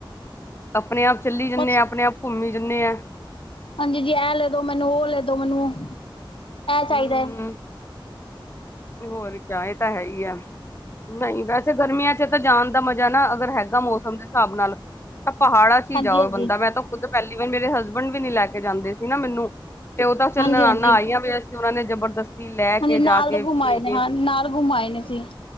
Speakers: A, on the left; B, on the left.
A: ਆਪਣੇ ਆਪ ਚੱਲੀ ਜਾਂਦੇ
B: ਬਸ
A: ਹਾਂ ਆਪਣੇ ਆਪ ਘੁੰਮੀ ਜਾਂਦੇ ਹਾਂ।
B: ਹਾਂਜੀ ਜੀ, ਇਹ ਲੈ ਦੋ ਮੈਨੂੰ ਉਹ ਲੈ ਦੋ ਮੈਨੂੰ। ਚਾਹੀਦਾ
A: ਹੂੰ
B: ਹੈ
A: ਹੋਰ ਕਿਆ ਇਹ ਤਾਂ ਹੈ ਹੀ ਆ। ਨਹੀਂ ਵੈਸੇ ਗਰਮੀਆਂ ਚ ਤਾਂ ਜਾਣ ਦਾ ਮਜ਼ਾ ਨਾ ਅਗਰ ਹੈਗਾ ਮੌਸਮ ਦੇ ਹਿਸਾਬ ਨਾਲ ਤਾਂ ਪਹਾੜਾਂ। ਹੀ
B: ਹਾਂਜੀ
A: ਜਾਓ
B: ਹਾਂਜੀ
A: ਬੰਦਾ ਮੈਂ ਤਾਂ ਖੁੱਦ ਪਹਿਲੀ ਵਾਰ ਮੇਰੇ ਹਸਬੈਂਡ ਵੀ ਨੀ ਲੈ ਕੇ ਜਾਂਦੇ ਸੀ ਨਾ ਮੈਨੂੰ ਤੇ ਉਹ ਤਾਂ ਚੱਲ
B: ਹਾਂਜੀ
A: ਨਨਾਨਾ
B: ਹਾਂਜੀ
A: ਆਈਆਂ ਪ ਸੀ ਉਹਨਾ ਨੇ ਜਬਰਦਸਤੀ ਲੈ ਕੇ
B: ਹਾਂਜੀ ਨਾਲ
A: ਜਾ ਕੇ
B: ਦੇ
A: ਲੈ
B: ਘੁਮ ਆਏ ਨੇ
A: ਗਏ।
B: ਹਾਂ ਨਾਲ ਗੁਮ ਆਏ ਨੇ <unintelligible>